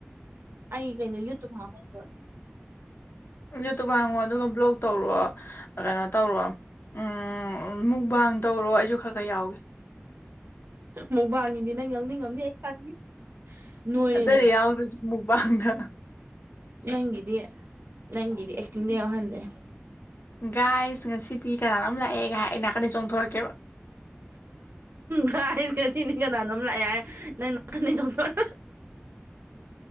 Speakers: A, on the right; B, on the left.
A: ꯑꯩ ꯀꯩꯅꯣ ꯌꯨꯇꯨꯞ ꯍꯥꯄꯝꯒꯤꯔꯣꯏ
B: ꯌꯨꯇꯨꯞ ꯍꯥꯡꯉꯣ ꯑꯗꯨꯒ ꯕ꯭ꯂꯣꯛ ꯇꯧꯔꯣ ꯀꯩꯅꯣ ꯇꯧꯔꯣ ꯎꯝ ꯃꯨꯛꯕꯥꯡ ꯇꯧꯔꯣ ꯑꯩꯁꯨ ꯈꯔ ꯈꯔ ꯌꯥꯎꯒꯦ
A: ꯃꯨꯛꯕꯥꯡꯒꯤꯗꯤ ꯅꯪ ꯌꯥꯎꯅꯤꯉꯝꯅꯤ ꯑꯩ ꯈꯪꯉꯤ ꯅꯣꯏꯔꯦꯗꯅ
B: ꯑꯇꯩꯗꯤ ꯌꯥꯎꯗ꯭ꯔꯁꯨ ꯃꯨꯛꯕꯥꯡꯗ
A: ꯅꯪꯒꯤꯗꯤ ꯅꯪꯒꯤꯗꯤ ꯑꯦꯛꯇꯤꯡꯗ ꯌꯥꯎꯍꯟꯒꯦ
B: ꯒꯥꯏ ꯉꯁꯤꯗꯤ ꯀꯅꯥꯅꯣꯝ ꯂꯥꯛꯑꯦꯒ ꯍꯥꯏ ꯑꯩ ꯅꯥꯀꯟꯗ ꯆꯣꯡꯊꯣꯔꯛꯀꯦꯕ
A: ꯒꯥꯏꯁ ꯉꯥꯁꯤꯅꯤ ꯀꯅꯥꯟ ꯅꯣꯝ ꯂꯥꯛꯑꯦ ꯍꯥꯏ ꯅꯪ ꯅꯥꯀꯟꯗꯩꯩ ꯆꯣꯡꯊꯣꯛ